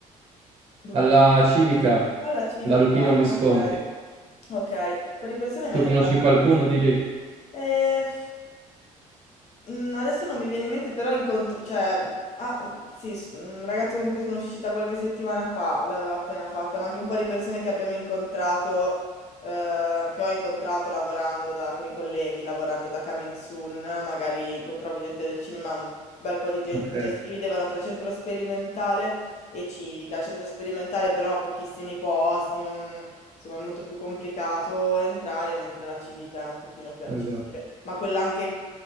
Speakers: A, on the left; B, on the right.
A: Documentale.
B: Alla Civica,
A: Alla civica,
B: da Luchino Visconti.
A: ok. Okay, un po' di persone me
B: Tu
A: ne
B: conosci
A: parlan
B: qualcuno
A: bene.
B: di lì?
A: Ehm, mhmm, adesso non mi viene in mente, però incontr cioè, mhmm, ah, uhm, sì, s un ragazzo con cui sono uscita qualche settimana fa l'aveva appena fatta, ma anche un po' di persone che abbiamo incontrato, ehm, che ho incontrato lavorando da con i colleghi, lavorando da Coming Soon, magari incontravo gente del cinema, un bel po' di gente,
B: Ok,
A: cioè si dividevano tra centro sperimentale e civica. Centro sperimentale però pochissimi posti, non insomma è molto più complicato entrare, mentre la civica è un pochino più accessibile,
B: esatto.
A: ma quella anche,